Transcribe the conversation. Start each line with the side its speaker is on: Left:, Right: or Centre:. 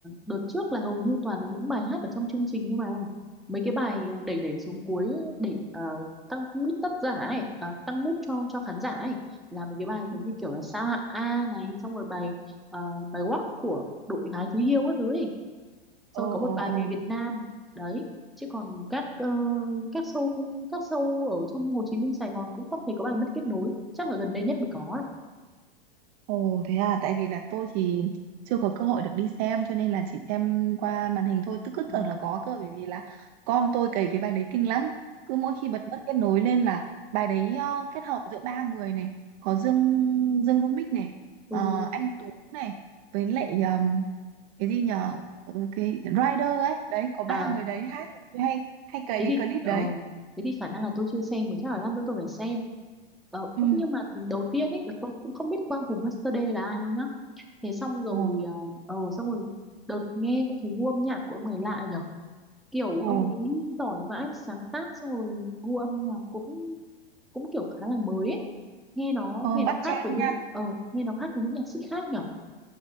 Centre: đợt trước là hầu như toàn là những bài hát ở trong chương trình thôi mà mấy cái bài à, đẩy đẩy xuống cuối để ờ, tăng mút tất giả ấy à, tăng mút cho cho khán giả ấy là mấy cái bài
Right: Ừ.
Centre: giống như kiểu là sao hạng A này xong rồi bài ờ, bài Wack của đội gái Thúy Hiêu các thứ ấy xong
Right: ồ
Centre: rồi có một
Right: ồ
Centre: bài về
Right: ồ
Centre: Việt Nam đấy chứ còn các ờ, các show không các show ở trong Hồ Chí Minh Sài Gòn cũng không thấy có bài mất kết nối chắc là gần đây nhất mới có ấy.
Right: Ồ thế à, tại vì là tôi thì chưa có cơ hội được đi xem cho nên là chỉ xem qua màn hình thôi, tức cứ
Centre: ừ.
Right: tưởng là có cơ bởi vì là con tôi cày cái bài đấy kinh lắm. Cứ mỗi khi bật mất kết nối lên là bài đấy ờ, kết hợp giữa ba người này, có Dương Dương Rumix này,
Centre: ừ
Right: ờ, anh Tú này với lại ờm, cái gì nhờ Ờ, cái Rider ấy, đấy có ba
Centre: à
Right: người đấy hát là tôi hay hay cày
Centre: thế thì
Right: cái clip
Centre: ờ,
Right: đấy.
Centre: thế thì khả năng là tôi chưa xem mà chắc là lát nữa tôi phải xem ờ,
Right: Ừ.
Centre: ức nhưng mà đầu tiên ấy là tôi cũng không biết Quang Hùng Master D là ai đâu nhá thế xong rồi
Right: Ồ,
Centre: ờ ờ, xong rồi đợt nghe cũng thấy gu âm nhạc của ông này lạ nhở kiểu
Right: ồ,
Centre: ông ấy giỏi vãi sáng tác xong rồi gu âm nhạc cũng cũng kiểu khá là mới ấy. nghe nó
Right: ờ,
Centre: nghe nó
Right: bắt jam
Centre: khác với những
Right: nha.
Centre: ờ nghe nó khác với những nhạc sĩ khác nhở